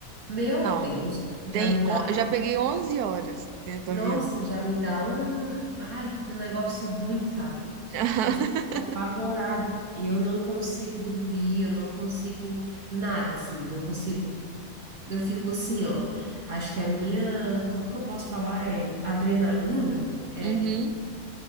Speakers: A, on the right (about 65°); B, on the right (about 80°).
A: Meu
B: Não.
A: Deus, já
B: Tem,
A: me dá,
B: on- já peguei 11 horas dentro
A: nossa,
B: do avião.
A: já me dá um, ai, um negócio ruim, sabe?
B: <laughs>
A: Eu fico apavorada e eu não consigo dormir, eu não consigo nada, assim, eu não consigo, eu fico assim, ó, acho que a minha, como que eu posso falar? É adrenalina? é,
B: Uhum,